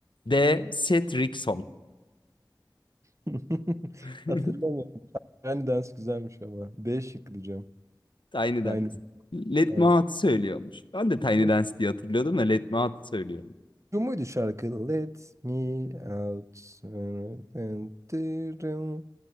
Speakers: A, on the left; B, on the right.
A: D. Set Rick Song
B: <laughs>
A: <laughs>
B: Hatırlamıyorum. Yani dans güzelmiş ama. B şık diyeceğim.
A: Tiny
B: Tiny.
A: Dance. Let
B: Aynen.
A: Me Out söylüyormuş. Ben de Tiny
B: Ne-
A: Dance diye hatırlıyordum da Let Me Out söylüyorum.
B: Şu muydu şarkı? Let me out. and do-